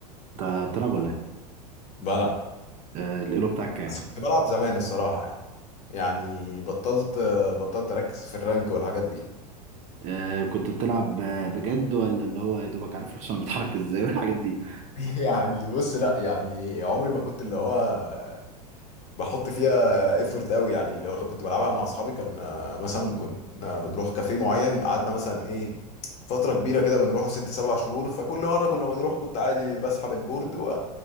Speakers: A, on the right; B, on the left.
A: أنت بتلعب ولا
B: آه،
A: إيه؟
B: بلعب
A: آه، الإيلو بتاعك كام؟
B: بس كنت بلعب زمان الصراحه يعني يعني بطلت بطلت اركز في الرانك والحاجات دي <laughs>
A: آه كنت بتلعب آه، بجد ولا اللي هو يا دوبك عارف الحصان بيتحرك إزاي والحاجات دي
B: يعني بص لا يعني عمري ما كنت اللي هو بحط فيها ايفورت قوي يعني اللي هو كنت بلعبها مع اصحابي كان آه، مثلا كنا بنروح كافيه معين قعدنا مثلا ايه فترة كبيرة كده بنروحه ست سبع شهور فكل مرة كنا بنروح كنت عادي بسحب البورد و...